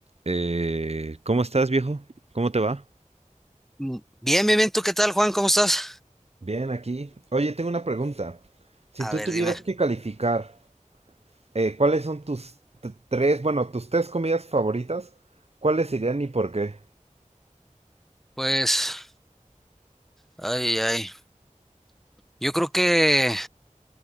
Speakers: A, on the right; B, in the centre.
A: Eh, ¿cómo estás, viejo? ¿Cómo te va?
B: Mm, Bien, bien, bien. ¿Tú qué tal, Juan? ¿Cómo estás?
A: Bien, aquí. Oye, tengo una pregunta. Si
B: A
A: tú
B: ver,
A: tuvieras
B: dime.
A: que calificar, eh, ¿cuáles son tus t- tres, bueno, tus tres comidas favoritas? ¿Cuáles serían y por qué?
B: Pues, ay, ay. Yo creo que